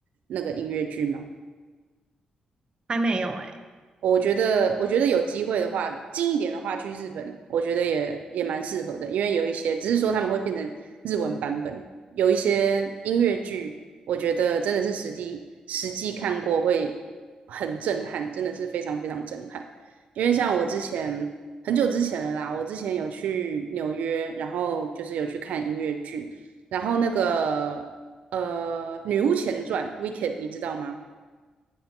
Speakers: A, on the right; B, on the right.
A: 那个音乐剧吗？
B: 还没有诶、
A: 我觉得，我觉得有机会的话，近一点的话去日本，我觉得也也蛮适合的，因为有一些只是说他们会变成日文版本，有一些音乐剧，我觉得真的是实地实际看过会很震撼，真的是非常非常震撼。因为像我之前很久之前了啦，我之前有去纽约，然后就是有去看音乐剧，然后那个呃《女巫前传》（Wicked） 你知道吗？